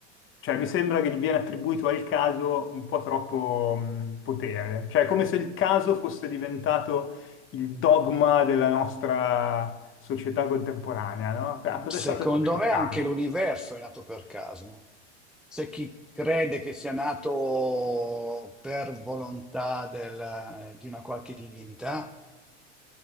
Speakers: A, on the left; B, in the centre.
A: Cioè, mi sembra che gli viene attribuito al caso un po' troppo mh, potere. Cioè, è come se il caso fosse diventato il dogma della nostra società contemporanea, no? Ah, cos'è
B: Secondo
A: stato è stato il
B: me
A: caso?
B: anche l'universo è nato per caso. C'è chi crede che sia nato per volontà del- di una qualche divinità,